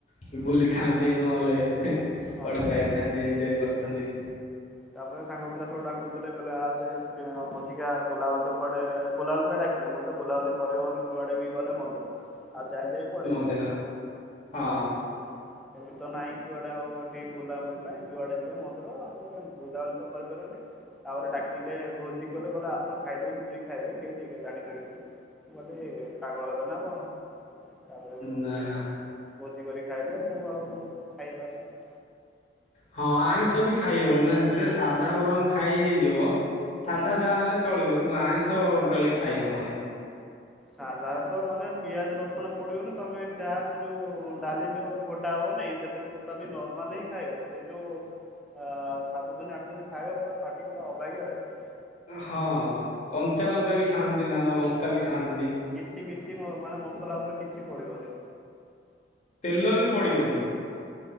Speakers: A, on the left; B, in the centre.
A: ବି ବୁଲିଥାନ୍ତି ନହେଲେ କୁଆଡେ
B: ହଁ ବା।
A: ଯାଇଥାନ୍ତି ଏଞୟ କରିଥାନ୍ତି।
B: ତାପରେ ସାଙ୍ଗ ପିଲା ସବୁ ଡାକୁଥିଲେ କହିଲେ ଆସେ ପଛିିକା ବୁଲାବୁଲି ତ କୁଆଡେ ବୁଲାବୁଲି ପାଇଁ <unintelligible> ବୁଲାବୁଲି କରିହବନି, ଯୁଆଡେ ବି ଗଲେ ମନ୍ଦିର, ଆଉ ଯାଇ ଯାଇ ପଳେଇଯିବ।
A: ମନ୍ଦିର ହଁ
B: ଆଉ ଏମିତି ତ ନାଇଁ କୁଆଡେ ଆଉ ଏଠିକି ବୁଲାବୁଲି ପାଇଁ, ଯୁଆଡେ ଯିବ ମନ୍ଦିର ଆଉ। ଏପଟେ ଏ ବୁଲାବୁଲି ତ କରିପାରିବନି। ଆହୁରି ଡାକିଲେ, ଭୋଜି କଲେ, କହିଲେ ଆସୁନ ଖାଇଦବୁ, ଲୁଚିକି ଖାଇଦବୁ, କେହି ଜାଣିପାରିବେନି। ମୁଁ କହିଲି, ପାଗଳ ହେଲା ନା କଣ? ତାପରେ ସିଏ
A: ନା
B: ଭୋଜି କରି ଖାଇଲେ। ମୁଁ ଆଉ ଖାଇହେଲାନି ଆଉ।
A: ହଁ, ଆଇଁଷ ବି ଖାଇହବନି ନା ସେଥିରେ, ସାଧା ବରଂ ଖାଇ ହେଇଯିବ। ସାଧା
B: ହୁଁ।
A: ଯାହା ହେଲେ ଚଳିବ। କିନ୍ତୁ ଆଇଁଷ ଟୋଟାଲି ଖାଇ ହେବନି।
B: ସାଧାର ତ ମାନେ ପିଆଜ ରସୁଣ ପଡିବନି, ତମେ ଟା ସେ ଯୋଉ ଡାଲି ଯୋଉ ଘୋଟା ହବନାଇଁ ସେଥିରେ ଟୋ ଟାଲି ନର୍ମଲି ହିଁ ଖାଇବ। ସେ ଯଉ ଅ ସାତ ଦିନ, ଆଠ ଦିନ ଖାଇବା ପୁରା ପାଟି ପୁରା ଅବାଗିଆ ଲାଗିବ।
A: ହଁ, କଞ୍ଚା ଲଙ୍କା ବି ଖାଆନ୍ତିନି ନା କଣ, ଲଙ୍କା
B: କି
A: ବି ଖାଆନ୍ତିନି।
B: କିଛି କିଛି ମ ମାନେ ମସଲା ଉପରେ କିଛି ପଡିବନି।
A: ତେଲ ବି ପଡିବନି।